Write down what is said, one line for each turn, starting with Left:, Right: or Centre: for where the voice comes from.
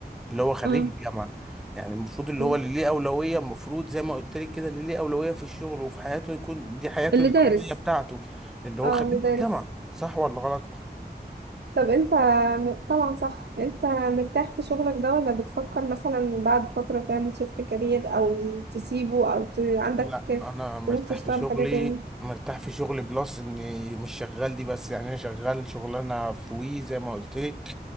Centre: اللي هو خريج
Right: مم.
Centre: الجامعه يعني المفروض اللي
Right: مم.
Centre: هو اللي ليه اولويه المفروض زي ما قلت لك كده اللي ليه اولويه في الشغل وفي حياته يكون دي حياته
Right: اللي
Centre: العمليه
Right: دارس
Centre: بتاعته اللي هو
Right: اه
Centre: خريج
Right: اللي دارس
Centre: الجامعه صح ولا غلط
Right: طب انت م- طبعا صح انت مرتاح في شغلك ده ولا بتفكر مثلا بعد فترة تعمل شيفت كارير او تسيبه او ت... عندك
Centre: لا انا مرتاح
Right: طموح تشتغل
Centre: في شغلي
Right: حاجة تاني
Centre: مرتاح في شغلي بلس اني مش شغال دي بس يعني انا شغال شغلانه في وي زي ما قلت لك